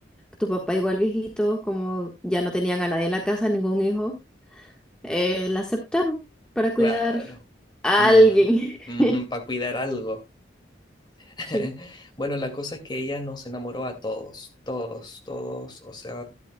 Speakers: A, in the centre; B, on the left.
A: tu papá igual viejito, como ya no tenían a nadie en la casa, ningún hijo. Eh, la aceptaron para cuidar
B: Claro.
A: a
B: Mm,
A: alguien. <laughs>
B: para cuidar algo. <laughs>
A: Sí,
B: Bueno, la cosa es que ella nos enamoró a todos, todos, todos, o sea,